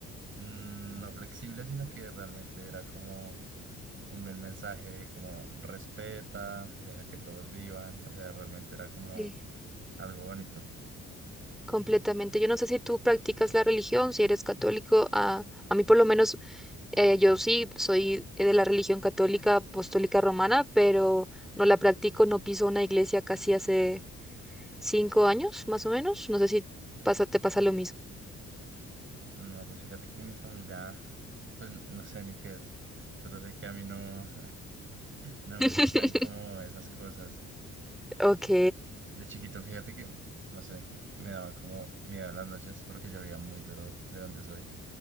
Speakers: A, on the right; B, in the centre.
A: mm, no flexible, sino que realmente era como un buen mensaje de como respeta, deja que todos vivan, o sea, realmente era como
B: Sí.
A: algo bonito.
B: Completamente. Yo no sé si tú practicas la religión, si eres católico, a, a mí por lo menos Eh, yo sí soy de la religión católica apostólica romana, pero no la practico, no piso una iglesia casi hace cinco años, más o menos. No sé si pasa, te pasa lo mismo.
A: No, pues fíjate que mi familia, pues no sé ni qué es, solo sé que a mí no, <laughs> no me
B: <laughs>
A: gustan como esas cosas.
B: Ok,
A: De chiquito, fíjate que, no sé, me daban como miedo en las noches porque llovía muy duro de donde soy.